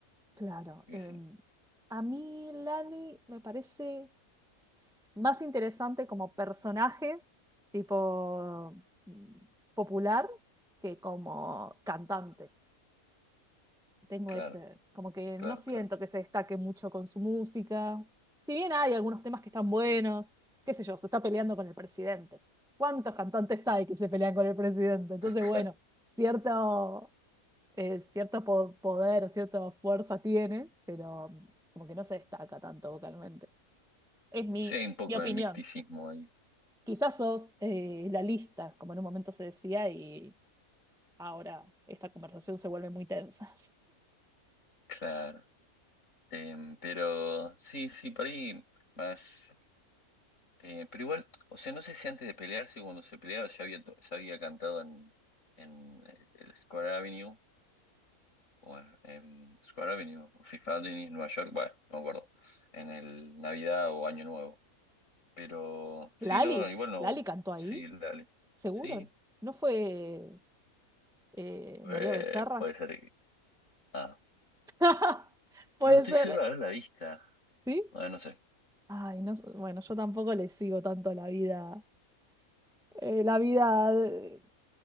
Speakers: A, in the centre; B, on the left.
A: Claro,
B: yo
A: em,
B: qué sé,
A: a mí Lani me parece más interesante como personaje, tipo mm, popular, que como cantante. tengo
B: claro,
A: ese, como que
B: claro,
A: no siento
B: claro.
A: que se destaque mucho con su música. Si bien hay algunos temas que están buenos, qué sé yo, se está peleando con el presidente. ¿Cuántos cantantes hay que se pelean con el presidente? Entonces,
B: <laughs>
A: bueno, cierto, eh, cierto po- poder o cierta fuerza tiene, pero como que no se destaca tanto vocalmente. Es mi,
B: Sí, hay un poco
A: mi opinión.
B: de misticismo ahí,
A: Quizás sos eh, la lista, como en un momento se decía, y ahora esta conversación se vuelve muy tensa.
B: claro. Em, pero sí, sí, por ahí más. Eh, pero igual, o sea, no sé si antes de pelearse, cuando se peleaba, ya había, to- ya había cantado en, en eh, el Square Avenue, o en, en Square Avenue, o Fifth Avenue, Nueva York, bueno, no me acuerdo, en el Navidad o Año Nuevo. Pero sí,
A: ¿Lali?
B: no, igual no,
A: ¿Lali cantó
B: sí,
A: ahí?
B: dale.
A: ¿Seguro?
B: Sí,
A: ¿No fue eh,
B: eh,
A: María Becerra?
B: puede ser. que- Ah,
A: <laughs> Puede
B: no, estoy
A: ser,
B: seguro de haberla vista.
A: ¿sí?
B: Bueno, no sé,
A: Ay, no, bueno, yo tampoco le sigo tanto la vida, eh, la vida de-